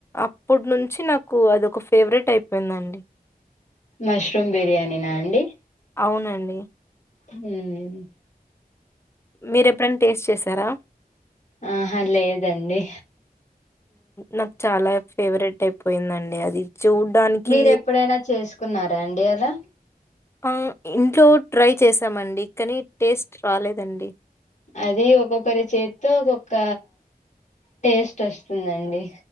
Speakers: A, on the left; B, on the left.
A: అప్పుడు నుంచి నాకు అది ఫేవరెట్ అయిపోయిందండి
B: మష్రూమ్ బిర్యాని నా అండి
A: అవునండి
B: హమ్
A: మీరెప్పుడైనా టేస్ట్ చేసారా
B: ఆ హా లేేదండి
A: నాకు చాలా ఫేవరెట్ అయిపోయిందండి అది చూడ్డానికి
B: మీరూ ఎప్పుడైనా చేసుకో కున్నారా అండి అలా
A: ఆ ఇంట్లో ట్రై చేసామండి కానీ టేస్ట్ రాలేదండి
B: అది ఒక్కొక్కరి చేతితో ఒక్కొక్క టేస్ట్ వస్తుందండి